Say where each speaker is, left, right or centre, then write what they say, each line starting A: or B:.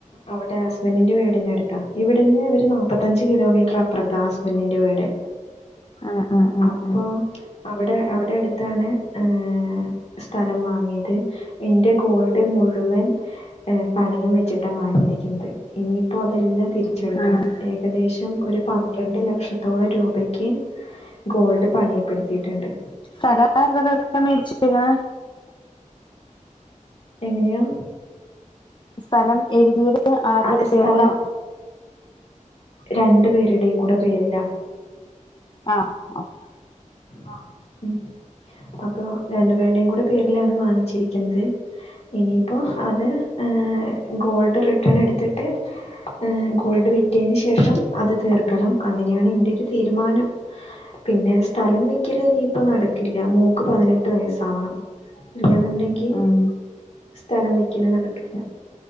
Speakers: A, on the left; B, on the left.
A: അവിടെ ഹസ്ബൻഡന്റിന്റെ വീടിനടുത്താ ഇവിടുന്ന് ഒരു നാപ്പത്തഞ്ച് കിലോമീറ്റർ അപ്പുറത്ത ഹസ് ബന്റിന്റെ വീട്
B: ആഹ് ആഹ് ആഹ്
A: അപ്പൊ
B: ആഹ്
A: അവിടെ അവിടെ അടുത്താണ് ഏഹ് സ്ഥലം വാങ്ങിയത്. ഇന്റെ ഗോൾഡ് മുഴുവൻ എഹ് പണയം വെച്ചിട്ടാ വാങ്ങിയിരിക്കുന്നത് ഇനിയിപ്പോ അതെല്ലാം തിരി ച്ചെടുക്കണം
B: ഉം
A: ഏകദേശം ഒരു പന്ത്രണ്ട് ല ക്ഷത്തോളം രൂപക്ക് ഗോൾഡ് പണയപ്പെടുത്തിയിട്ടുണ്ട്
B: സ്ഥലം ആരെടെ പേർക്കാ മേടിച്ചിട്ടേക്കണെ?
A: എങ്ങിനെയാ?
B: സ്ഥലം എഴുതിയത് ആരുടെ
A: ആഹ് സ്ഥലം
B: പേർക്കാ
A: രണ്ടു പേരുടെയും കൂടെ പേരില
B: ആഹ് ഓ
A: അ ഉം അപ്പൊ രണ്ടു പേരുടെയും കൂടെ പേരിലാണ് വാങ്ങിച്ചിരിക്കുന്നത് ഇനിയിപ്പോ അത് ഹേ ഗോൾഡ് റിട്ടേൺ എടുത്തിട്ട് ഏ ഗോൾഡ് വിറ്റതിന് ശേഷം അത് തീർക്കണം അങ്ങനെയാണ് എന്റെ ഒരു തീരുമാനം പിന്നെ സ്ഥലം വിക്കല് ഇനിയിപ്പോ നടക്കില്ല മോൾക് പതിനെട്ട് വയസ്സാവണം ഇല്ലയെന്നുണ്ടെങ്കി
B: ഉം
A: സ്ഥലം വിക്കല്നടക്കില്ല.